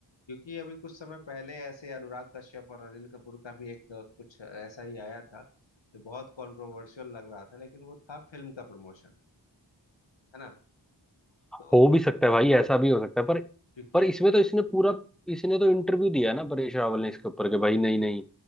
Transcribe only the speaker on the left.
क्योंकि अभी कुछ समय पहले ऐसे अनुराग कश्यप और अनिल कपूर का भी एक आ, कुछ ऐसा ही आया था जो बहुत कंट्रोवर्शियल लग रहा था लेकिन वो था फिल्म का प्रमोशन है ना तो
क्योंकि